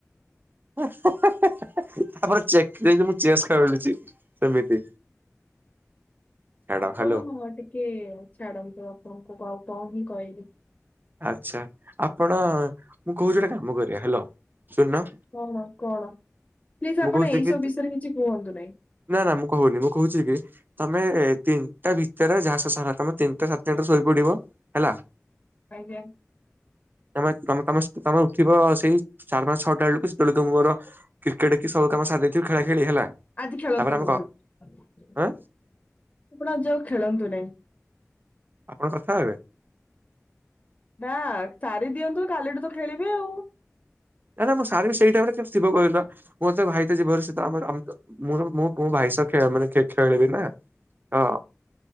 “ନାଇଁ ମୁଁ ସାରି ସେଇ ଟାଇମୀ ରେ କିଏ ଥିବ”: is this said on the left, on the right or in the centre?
Right